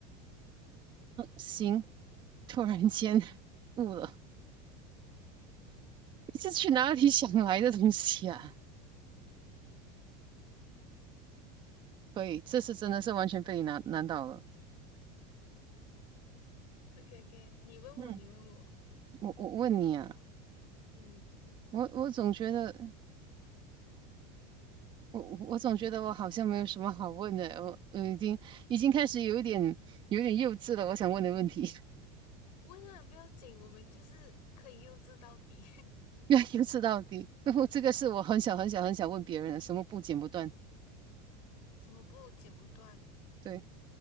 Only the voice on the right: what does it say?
行，突然间 <laughs> 悟了，你这去哪里想来的东西啊？可以，这次真的是完全被你难难倒了。
嗯，
我我问你啊，
我我总觉得。我我总觉得我好像没有什么好问的，我我已经已经开始有一点有一点幼稚了。我想问的问题
<laughs>，要幼稚到底。<laughs> 我这个是我很小很小很小问别人的，什么布剪不断？
对，